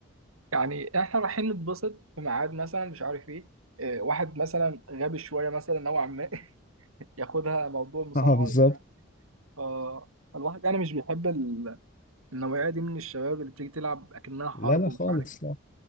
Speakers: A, on the right; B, on the left.
A: يعني احنا رايحين نتبسط في ميعاد مثلا مش عارف ايه آه، واحد مثلا غبي شويه مثلا نوعا ما <laughs> ياخدها موضوع مصارعه
B: <laughs> اه بالظبت
A: فالواحد يعني مش بيحب ال- النوعية دي من الشباب اللي بتيجي تلعب أكنها حرب
B: لا لا
A: ومش
B: خالص
A: عارف ايه
B: لا